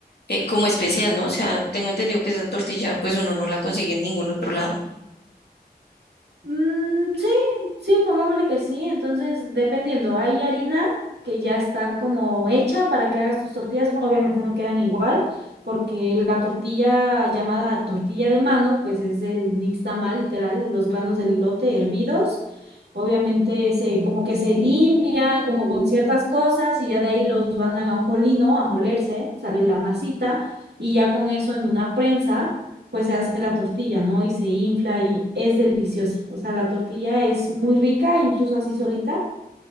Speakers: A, on the left; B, on the right.
A: eh, como especial, ¿no? O sea, tengo entendido que esa tortilla pues uno no la consigue en ningún otro lado.
B: Mm, sí, sí, pongámosle que sí. Entonces, dependiendo, hay harina que ya está como hecha para que hagas tus tortillas. Obviamente no quedan igual, porque la tortilla llamada tortilla de mano, pues es el nixtamal, literal, los granos del lote hervidos. Obviamente se, como que se limpia, como con ciertas cosas, y ya de ahí los mandan a un molino a molerse, sale la masita, y ya con eso en una prensa pues se hace la tortilla, ¿no? Y se infla y es deliciosa. O sea, la tortilla es muy rica, incluso así solita.